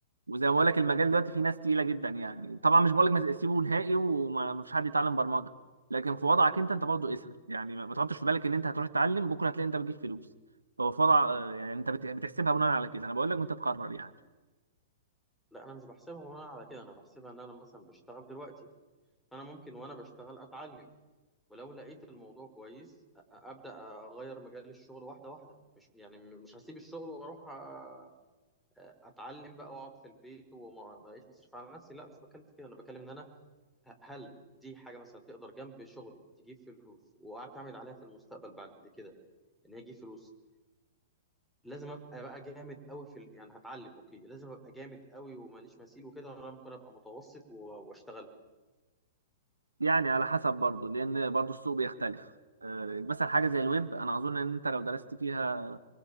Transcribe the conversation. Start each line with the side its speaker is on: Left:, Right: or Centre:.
Right: وزي ما بقول لك المجال دلوقتي فيه ناس تقيله جدا يعني طبعا مش بقول لك ما سيبه نهائي وما فيش حد يتعلم برمجه لكن في وضعك انت انت برضه اسهل يعني ما ما تحطش في بالك ان انت هتروح تتعلم بكره هتلاقي انت بتجيب فلوس هو في وضع آه، يعني انت بت- بتحسبها بناء على كده انا بقول لك وانت تقرر يعني
Centre: لا انا مش بحسبها وانا على كده انا بحسبها ان انا مثلا بشتغل دلوقتي انا ممكن وانا بشتغل اتعلم ولو لقيت الموضوع كويس أ- ابدا اغير مجال الشغل واحده واحده مش يعني مش هسيب الشغل واروح أ- اتعلم بقى واقعد في البيت وما ما الاقيش هصرف على نفسي لا مش بتكلم في كده انا بتكلم ان انا ه- هل دي حاجه مثلا تقدر جنب شغلي تجيب فلوس واعتمد عليها في المستقبل بعد كده ان هي تجيب فلوس لازم ابقى بقى جامد قوي في ال... يعني هتعلم اوكي لازم ابقى جامد قوي وماليش مثيل وكده ولا ممكن ابقى متوسط و- واشتغل
Right: يعني على حسب برضه لان برضه السوق بيختلف آه، مثلا حاجه زي الويب انا اظن ان انت لو درست فيها